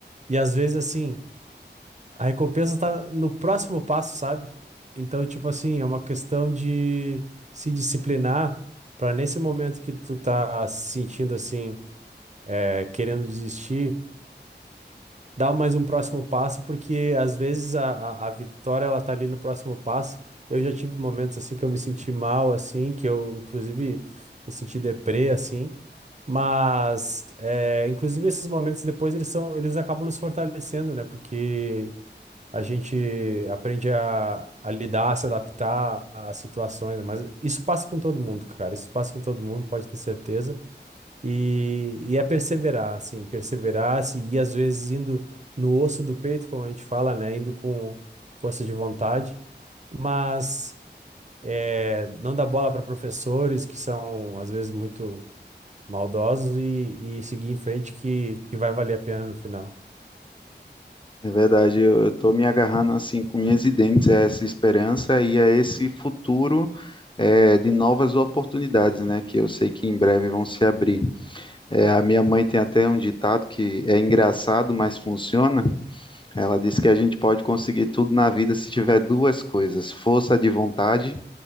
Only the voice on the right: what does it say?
E às vezes, assim, a recompensa tá no próximo passo, sabe? Então, tipo assim, é uma questão de se disciplinar pra nesse momento que tu tá se sentindo assim, é, querendo desistir dar mais um próximo passo, porque às vezes a, a, a vitória ela tá ali no próximo passo. Eu já tive momentos assim que eu me senti mal, assim, que eu inclusive me senti deprê, assim. Mas, é, inclusive esses momentos depois eles são, eles acabam nos fortalecendo, né? Porque a gente aprende a, a lidar, a se adaptar às situações, né? Mas isso passa com todo mundo, cara. Isso passa com todo mundo, pode ter certeza. E, e é perseverar, assim, perseverar, seguir, às vezes indo no osso do peito, como a gente fala, né? Indo com força de vontade, mas é, não dar bola para professores que são, às vezes, muito maldosos e, e seguir em frente que, que vai valer a pena no final.